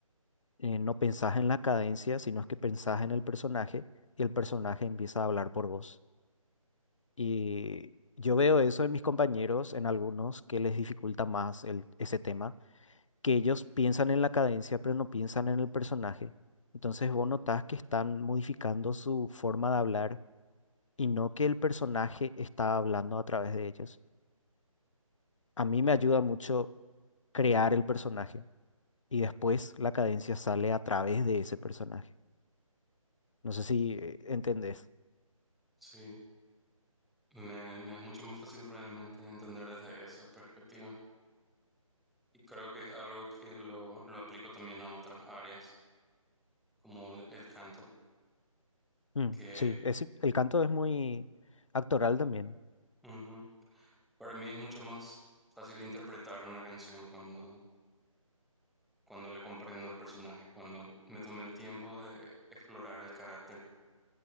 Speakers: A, on the left; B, in the centre.
A: Eh, no pensás en la cadencia, sino es que pensás en el personaje y el personaje empieza a hablar por vos. Y yo veo eso en mis compañeros, en algunos, que les dificulta más el- ese tema, que ellos piensan en la cadencia, pero no piensan en el personaje. Entonces vos notás que están modificando su forma de hablar y no que el personaje está hablando a través de ellos. A mí me ayuda mucho crear el personaje y después la cadencia sale a través de ese personaje. No sé si eh, entendés.
B: Sí, me, me es mucho más fácil realmente entender desde esa perspectiva. Y creo que es algo que lo, lo aplico también a otras áreas, como el, el canto,
A: Mm,
B: que
A: sí, es- el canto es muy actoral también.
B: ujú, para mí es mucho más fácil interpretar una canción cuando, cuando le comprendo al personaje, cuando me tomé el tiempo de explorar el carácter